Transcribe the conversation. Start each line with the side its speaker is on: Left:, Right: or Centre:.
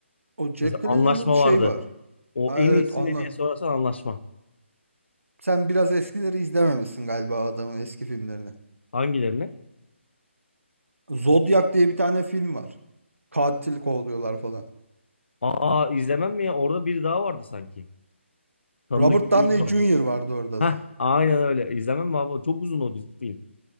Right: o Jack
Left: Mesela
Right: Gyllenhaal'ın
Left: Anlaşma
Right: şey
Left: vardı.
Right: var.
Left: O
Right: Ha,
Left: en
Right: evet
Left: iyisi
Right: anla.
Left: ne diye sorarsan Anlaşma.
Right: Sen biraz eskileri izlememişsin galiba adamın eski filmlerini.
Left: Hangilerini?
Right: Zodiac diye bir tane film var. Katil kovalıyorlar falan.
Left: Aa izlemem mi ya? Orada biri daha vardı sanki. Tanıdık
Right: Robert
Left: bir
Right: Downey
Left: yüz vardı.
Right: Jr. vardı orada
Left: Heh
Right: da.
Left: aynen öyle. İzlemem mi abi? Çok uzun o dizi- film.